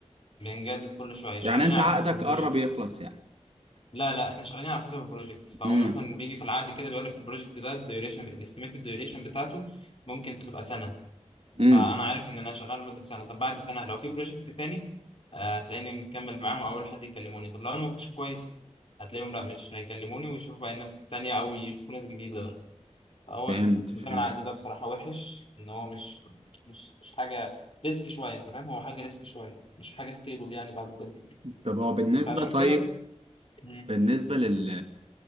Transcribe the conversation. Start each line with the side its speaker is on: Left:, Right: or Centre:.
Left: بنجدد كل شوية
Right: يعني
Left: شغالين
Right: انت
Left: على
Right: عقدك
Left: حسب البروجكت
Right: قرب يخلص يعني
Left: لا لا احنا شغالين على حسب البروجكت فهو
Right: امم
Left: مثلا بيجي في العقد كده بيقول لك البروجكت ده الديوريشن الاستيميتد ديوريشن بتاعته ممكن تبقى سنة
Right: امم
Left: فانا عارف ان انا شغال لمده سنه طب بعد سنه لو في بروجكت تاني آه، هتلاقيني مكمل معاهم او اول حد يكلموني طب لو انا ما كنتش كويس هتلاقيهم لا مش هيكلموني ويشوفوا بقى الناس التانية او يشوفوا ناس جديده بقى فهو
Right: فهمت فهمت
Left: نظام العقد ده بصراحه وحش ان هو مش مش مش حاجه ريسك شويه انت فاهم هو حاجه ريسك شويه مش حاجه ستيبل يعني بعد كده
Right: طب هو بالنسبة
Left: فعشان
Right: طيب
Left: كده مم.
Right: بالنسبة لل